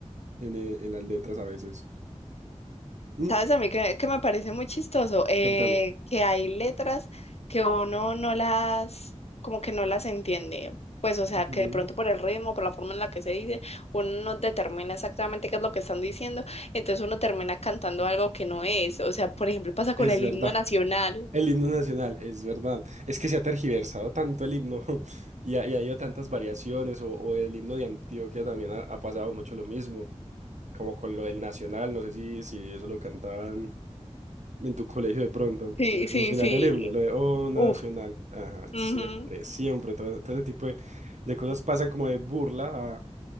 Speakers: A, on the right; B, on the left.
A: En, eh, en las letras a veces. Mm,
B: ¿Sabes a mí que, que me parece muy chistoso? Eh,
A: Contame.
B: que hay letras que uno no las, como que no las entiende. Pues, o sea,
A: Ujú.
B: que de pronto por el ritmo, por la forma en la que se dice, uno no determina exactamente qué es lo que están diciendo, entonces uno termina cantando algo que no es. O sea, por ejemplo, pasa
A: Es
B: con el
A: verdad.
B: himno nacional.
A: El himno nacional, es verdad. Es que se ha tergiversado tanto el himno <laughs> y ha, y ha habido tantas variaciones. O, o el himno de Antioquia también ha, ha pasado mucho lo mismo, como con lo del nacional. No sé si, si eso lo cantaban en tu colegio de pronto,
B: Sí,
A: de- en
B: sí,
A: el final
B: sí.
A: del himno, lo de Oh Nacional.
B: Uf.
A: Ajá,
B: ujú.
A: siempre, siempre. Todo, todo ese tipo de, de cosas pasan como de burla a,